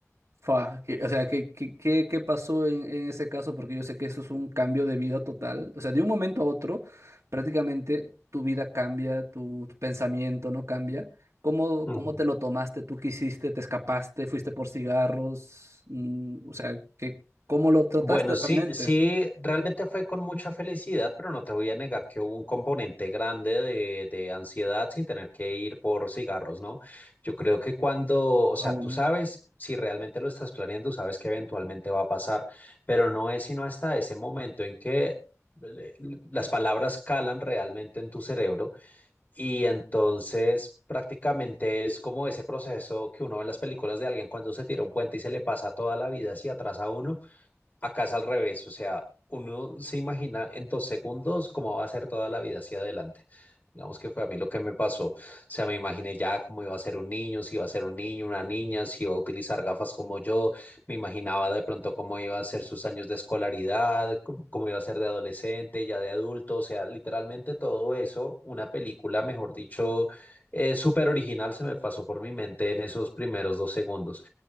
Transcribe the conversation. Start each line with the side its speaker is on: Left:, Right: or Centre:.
Right: fa, que- o sea, ¿qué, qué, qué- qué pasó en, en ese caso? Porque yo sé que eso es un cambio de vida total. O sea, de un momento a otro, prácticamente tu vida cambia, tu, tu pensamiento no cambia. ¿Cómo,
Left: Ujú.
Right: cómo te lo tomaste? ¿Tú qué hiciste? ¿Te escapaste? ¿Fuiste por cigarros? Mm, o sea, ¿qué, cómo lo trataste
Left: Bueno, sí,
Right: realmente?
Left: sí, realmente fue con mucha felicidad, pero no te voy a negar que hubo un componente grande de, de ansiedad sin tener que ir por cigarros, ¿no? Yo creo que cuando, o sea,
Right: Aún.
Left: tú sabes, si realmente lo estás planeando, sabes que eventualmente va a pasar, pero no es sino hasta ese momento en que eh, las palabras calan realmente en tu cerebro y entonces prácticamente es como ese proceso que uno ve en las películas de alguien cuando se tira un puente y se le pasa toda la vida hacia atrás a uno. Acá es al revés, o sea, uno se imagina en dos segundos cómo va a ser toda la vida hacia adelante. Digamos que fue a mí lo que me pasó. O sea, me imaginé ya cómo iba a ser un niño, si iba a ser un niño, una niña, si iba a utilizar gafas como yo. Me imaginaba de pronto cómo iba a ser sus años de escolaridad, c- cómo iba a ser de adolescente, ya de adulto. O sea, literalmente todo eso, una película, mejor dicho, eh, súper original, se me pasó por mi mente en esos primeros dos segundos.